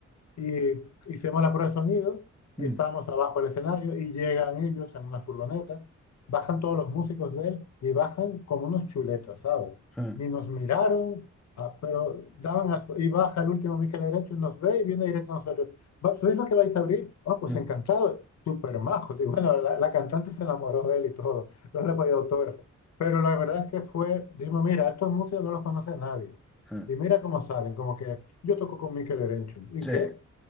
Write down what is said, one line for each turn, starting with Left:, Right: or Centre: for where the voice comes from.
Left: Y hicimos la prueba de sonido y
Centre: Mm,
Left: estábamos abajo del escenario y llegan ellos en una furgoneta, bajan todos los músicos de él y bajan como unos chuletas, ¿sabes?
Centre: mm,
Left: Ni nos miraron, ah, pero daban asco. Y baja el último Mikel Erenchu, nos ve y viene directo a nosotros. "Va- ¿Sois los que vais a abrir? Ah, pues
Centre: mm,
Left: encantado, súper majos. Y bueno, la, la cantante se enamoró de él y todo, no le podía autógrafo. Pero la verdad es que fue, dijimos, mira, estos músicos no los conoce nadie.
Centre: mm.
Left: Y mira cómo salen, como que yo toco con Mikel Erenchu. ¿Y
Centre: Sí.
Left: qué?